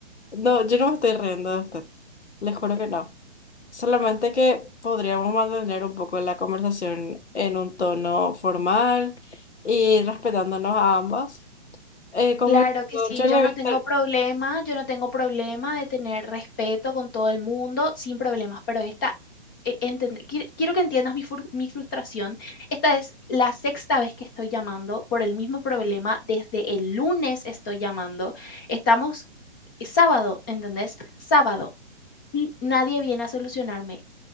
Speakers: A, on the left; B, on the left.
A: No, yo no me estoy riendo de usted. Les juro que no. Solamente que podríamos mantener un poco la conversación en un tono formal y respetándonos a ambas. Eh, como
B: Claro
A: le digo,
B: que sí,
A: yo
B: yo
A: le
B: no
A: voy a estar,
B: tengo problema, yo no tengo problema de tener respeto con todo el mundo, sin problemas, pero esta, eh, entend- qui- quiero que entiendas mi, fru- mi frustración. Esta es la sexta vez que estoy llamando por el mismo problema, desde el lunes estoy llamando, estamos eh, sábado, ¿entendés? Sábado, y nadie viene a solucionarme